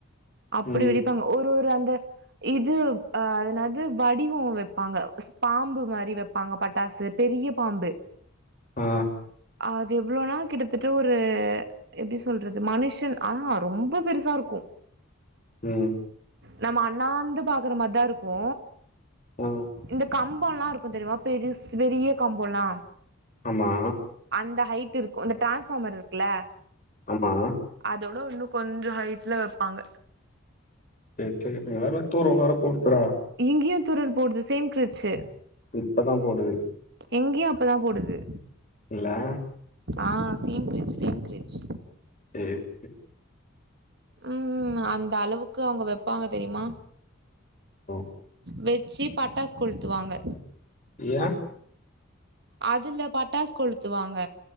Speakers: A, on the right; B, on the left.
A: அப்டி
B: ம்
A: வெடிப்பாங்க ஒரு ஒரு அந்த இது அ அது என்னாது வடிவோ வப்பாங்க பாம்பு மாரி வப் பாங்க பட்டாசு பெரிய பாம்பு
B: ஆ
A: அது எவ்ளோ நாள் கிட்டத்தட்ட ஒரு எப்டி சொல்றது மனுஷன் ஆ ஹ ரொம்ப பெருசா இருக்கு
B: ம்
A: நம்ம அண்ணாந்து பாக்குற மார் தா இருக்கு
B: ஆ
A: இந்த கம்போல்லா இருக்கு தெரியுமா பெருஸ் பெரிய கம்போல்லா
B: ஆமா
A: அந்த ஹைட் இருக்கு அந்த டிரான்ஸ்ஃபார்மர் இருக்குல்ல
B: ஆமா
A: அத விட இன்னு கொஞ்சோ ஹைட்ல வெப்பாங்க
B: சேர் சேரி இங்க வேற தூர வேற போடுதுற
A: இங்கயு தூரல் போடுது சேம் கிருச்சி
B: இப்ப தா போடுது
A: இங்கயு அப்பதா போடுது
B: இல்லா
A: ஆ சேம் கிரிச் சேம் கிரிச்
B: <inaudible>
A: ம் அந்த அளவுக்கு அங்க வெப்பாங்க தெரிமா
B: ஓ
A: வெ சி பட்டாஸ் கொளுத்துவாங்க
B: ஏயே
A: அதுல பட்டாஸ் கொளுத்துவாங்க